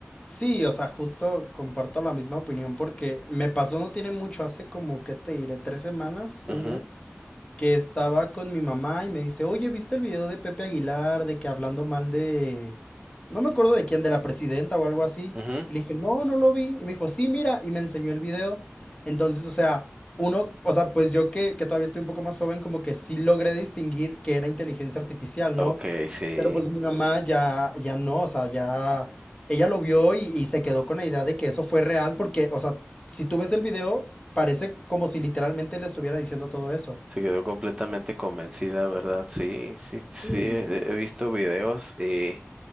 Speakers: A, on the left; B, on the right.
A: Sí, o sea, justo comparto la misma opinión porque me pasó no tiene mucho, hace como, ¿qué te diré? Tres semanas, un
B: Ujú,
A: mes, que estaba con mi mamá y me dice, oye, ¿viste el video de Pepe Aguilar de que hablando mal de... No me acuerdo de quién, de la presidenta o algo así.
B: ujú.
A: Y le dije, no, no lo vi. Y me dijo, sí, mira, y me enseñó el video. Entonces, o sea, uno, o sea, pues yo que, que todavía estoy un poco más joven, como que sí logré distinguir que era inteligencia artificial,
B: Ok,
A: ¿no?
B: sí.
A: Pero pues mi mamá ya, ya no, o sea, ya ella lo vio y, y se quedó con la idea de que eso fue real porque, o sea, si tú ves el video, parece como si literalmente le estuviera diciendo todo eso.
B: Se quedó completamente convencida, ¿verdad? Sí, sí,
A: Sí,
B: sí, he
A: sí.
B: he visto videos y